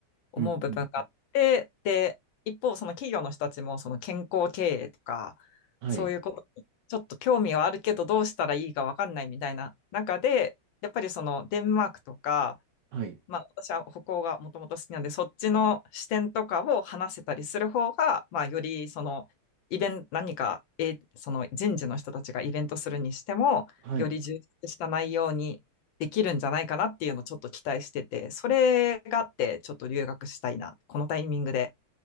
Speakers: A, on the left; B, on the right.
A: 思う部分があって、
B: うん、うん、うん。
A: で、一方その企業の人たちもその健康経営とか、
B: はい、
A: そういうことにちょっと興味はあるけどどうしたらいいかわかんないみたいな中で、やっぱりそのデンマークとか、
B: はい、
A: まあ、私は歩行がもともと好きなんで、そっちの視点とかを話せたりする方が、まあ、よりそのイベント、何か、え、その人事の人たちがイベントするにしても、
B: はい。
A: より充実した内容にできるんじゃないかなっていうのをちょっと期待してて、それがあって、ちょっと留学したいな。このタイミングで